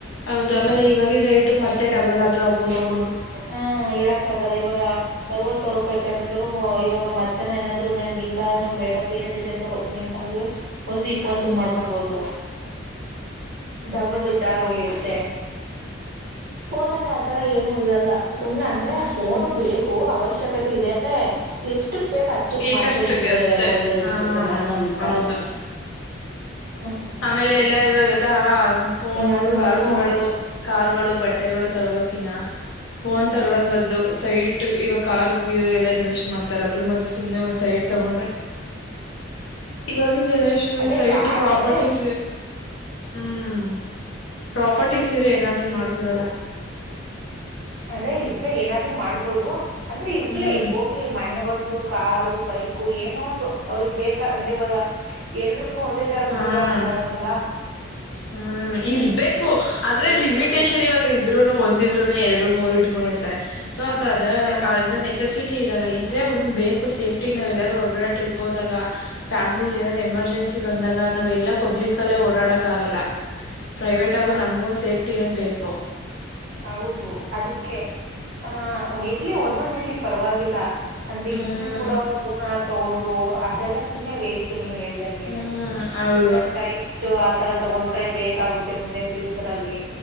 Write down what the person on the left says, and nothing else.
ಹೌದು ಆಮೇಲೆ ಇವಾಗಿನ ರೇಟು ಮತ್ತೆ ಡಬಲ್ ಆದ್ರೂ ಆಗ್ಬೋದು
ಹ್ಮ್
ಹ್ಮ್
ಈಗಷ್ಟುಗೆ
ಅಷ್ಟೆ
ಹಾ
ಹೌದು
ಆಮೇಲೆ ಎಲ್ಲಾ ಇವಾಗೆಲ್ಲ ಫೋನು
ಕಾರುಗಳು
ಕಾರುಗಳು ಬಟ್ಟೆಗಳು ತಗೋಕಿನ ಫೋನ್
ತಗಳದ ಮದ ಸೈಟ್ ಇವಾಗ ಕಾರ್ ಎಲ್ಲ ಇ ಮಾಡ್ರ ಸ ತೊಂಡ ಇ ಹ ಜನರೇಷನಲ್
ಸೈಟ್
ಪ್ರಾಪರ್ಟೀಸ್
ಹ್ಮ್ ಪ್ರಾಪರ್ಟೀಸ್ ಇದ್ರೆ ಏನಾದ್ರು ಮಾಡ್ಬೋದಲ್ಲ
ಹ್ಮ್
ಹ್ಮ್
ಹ್ಮ್ ಇರ್ಬೇಕು ಅಂದ್ರೆ ಲಿಮಿಟೇೇಶನ್ ಇವಾಗ ಇದ್ರುನು ಒಂದಿದ್ರುನು ಎರಡು ಮೂರು ಹಿಡ್ಕೊಂಡರ್ತಾರೆ ಸೊ ಅದು ಅದ
ಅ ನೆಸೆಸಿಟಿ ಇರಲ್ಲ ಇದ್ರೆ ಬೇಕು ಸೇಫ್ಟಿ ನಾವ್ ಎಲ್ಲಾರೂ ಟ್ರಿಪ್ ಹೋದಾಗ ಫ್ಯಾಮಿಲಿ್ರೆ ಎಮರ್ಜೆನ್ಸಿ ಬಂದಾಗ ನಾವ್ ಎಲ್ಲ ಪಬ್ಲಿಕ್ಲ್ಲಲ್ಲಿ ಓಡಾಡಕ್ ಆಗಲ್ಲ ಪ್ರೈವೇಟ್ ಆಗು
ನಮ್ಗೂ ಸೇಫ್ಟಿ ನ್ನೋದ್ ಬೇಕು
ಹ್ಮ್
ಹ್ಮ್ ಹೌದು